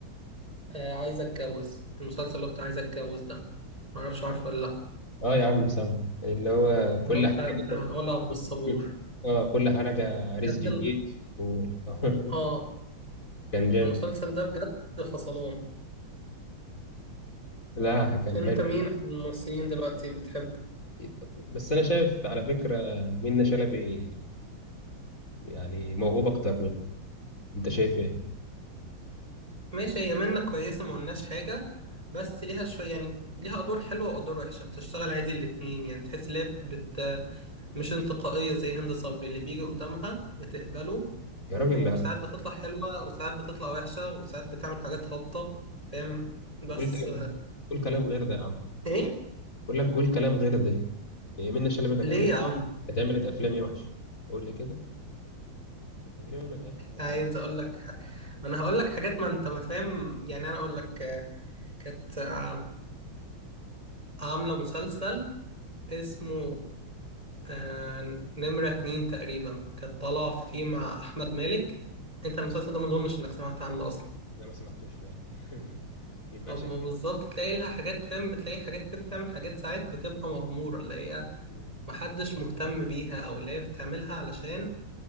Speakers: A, on the right (about 15°); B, on the left (about 40°).
A: آه، عايز أتجوز المسلسل اللي هو بتاع عايز أتجوز ده معرفش عارفه ولا لأ
B: اه يا عم سامو اللي هو كل
A: اللي هو بتاع
B: حاجة
A: بتاع ولا عبد الصبور
B: مم. اه كل حاجة
A: بجد
B: رزق جديد
A: ال-
B: و... <laughs>
A: اه
B: كان جامد
A: المسلسل ده بجد فصلان
B: لا كان
A: انت
B: حلو
A: مين في الممثلين دلوقتي بتحبه
B: طب- بس انا شايف على فكرة منة شلبي يعني موهوب اكتر منه انت شايف ايه
A: ماشي هي منة كويسة ما قلناش حاجة بس ليها شوية يعني ليها أدوار حلوة وأدوار وحشة بتشتغل عادي الاتنين يعني تحس إن هي بت... مش انتقائية زي هند صبري اللي بيجي قدامها بتقبله
B: يا راجل
A: وساعات
B: لا
A: بتطلع حلوة وساعات بتطلع وحشة وساعات بتعمل حاجات هابطة فاهم بس
B: وقول كلام قول كلام غير ده يا عم
A: إيه
B: بقول لك قول كلام غير ده هي منة شلبي كانت
A: ليه
B: هتعمل
A: يا عم
B: كانت عملت افلام ايه وحش قول لي كده تقريبا من الاخر حاجة
A: عايز
B: وحشة.
A: أقول لك ح- ما أنا هقول لك حاجات ما أنت ما فاهم يعني أنا أقول لك آه، كانت آه، عاملة مسلسل اسمه آه نمرة اتنين تقريبا كانت طالعة فيه مع أحمد مالك أنت المسلسل ده مظنش إنك سمعت عنه أصلا
B: ده ما سمعتوش فعلا <laughs> يبقى
A: طب
B: عشان
A: ما بالظبط
B: كده
A: تلاقي لها حاجات فاهم بتلاقي حاجات كده تعمل حاجات ساعات بتبقى مغمورة اللي هي
B: مم.
A: محدش مهتم بيها أو اللي هي بتعملها علشان